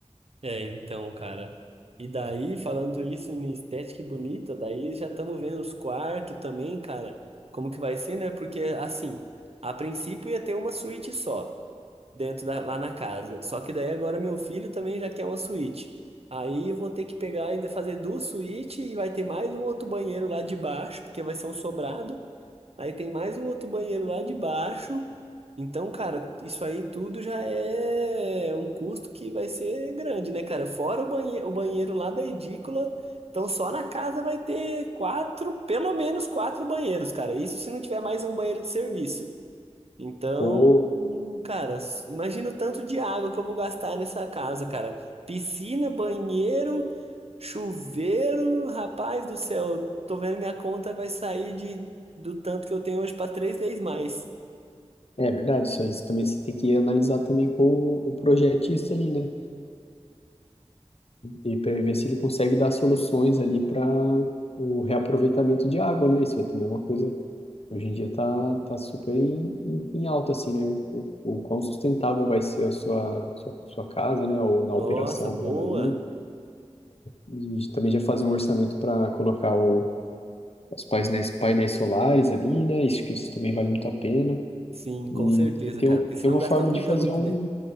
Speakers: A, on the right; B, on the left.
A: É, então, cara. E daí, falando isso em estética e bonita, daí já estamos vendo os quartos também, cara. Como que vai ser, né? Porque, assim, a princípio ia ter uma suíte só, dentro da, lá na casa. Só que daí agora meu filho também já quer uma suíte. Aí eu vou ter que pegar e fazer duas suítes e vai ter mais um outro banheiro lá de baixo, porque vai ser um sobrado. Aí tem mais um outro banheiro lá de baixo. Então, cara, isso aí tudo já é um custo que vai ser grande, né, cara? Fora o banheiro, o banheiro lá da edícula. Então, só na casa vai ter quatro, pelo menos quatro banheiros, cara. Isso se não tiver mais um banheiro de serviço. Então,
B: Ou...
A: cara, s- imagina o tanto de água que eu vou gastar nessa casa, cara. Piscina, banheiro, chuveiro, rapaz do céu, tô vendo minha conta vai sair de, do tanto que eu tenho hoje para três vezes mais.
B: É verdade, isso aí. Isso também você tem que analisar também com o projetista ali, né? e para ver se ele consegue dar soluções ali para o reaproveitamento de água, né? Isso aí também é uma coisa, hoje em dia tá, tá super em, em, em alta, assim, né? O, o, o quão sustentável vai ser a sua, sua, sua casa, né? Ou na operação
A: Nossa, boa.
B: dela ali. E também já fazer um orçamento para colocar o, os painéis, painéis solares ali, né? Isso, que isso também vale muito a pena.
A: Sim,
B: E
A: com certeza,
B: tem,
A: cara,
B: um-
A: porque senão
B: tem uma
A: gasta
B: forma
A: muita
B: de fazer
A: luz,
B: um
A: né?